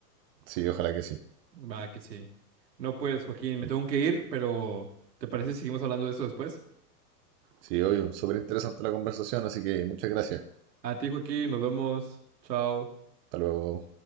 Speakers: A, on the right (about 40°); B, on the right (about 85°).
A: Sí, ojalá que sí.
B: Va, que sí. No, pues, Joaquín, me
A: Sí,
B: tengo que ir, pero ¿te parece si seguimos hablando de eso después?
A: sí obvio, súper interesante la conversación, así que muchas gracias.
B: A ti, Joaquín, nos vemos. Chao.
A: Hasta luego.